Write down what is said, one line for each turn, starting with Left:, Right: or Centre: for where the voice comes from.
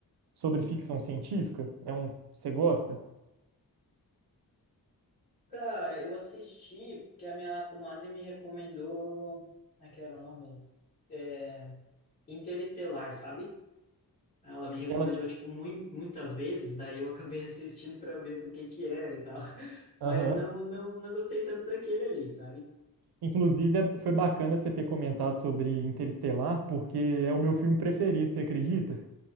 Right: sobre ficção científica? É um, você gosta?
Left: Cara, eu assisti que a minha comadre me recomendou. Como é que era o nome? É, Interestelar, sabe? Ela me recomendou,
Right: Ela te...
Left: tipo, mui- muitas vezes, daí eu acabei <laughs> assistindo pra ver do que que era e tal. <laughs> Mas
Right: Aham.
Left: não, não, não gostei tanto daquele ali, sabe?
Right: Inclusive, é- foi bacana você ter comentado sobre Interestelar, porque é o meu filme preferido, você acredita?